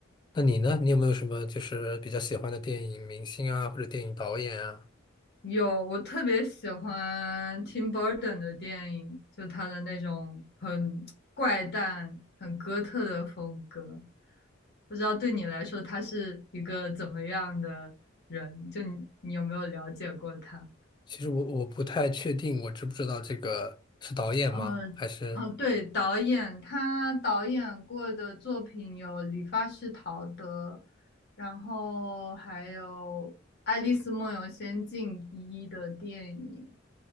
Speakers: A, on the left; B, on the left.
A: 那你呢？你有没有什么就是比较喜欢的电影明星啊，或者电影导演啊？
B: 有，我特别喜欢 Tim Burton 的电影，就他的那种很怪诞、很哥特的风格。不知道对你来说，他是一个怎么样的人？就你，你有没有了解过他？
A: 其实我我不太确定，我知不知道这个是导演吗？
B: 嗯嗯，
A: 还是
B: 对，导演，他导演过的作品有《理发师陶德》，然后还有《爱丽丝梦游仙境一》的电影，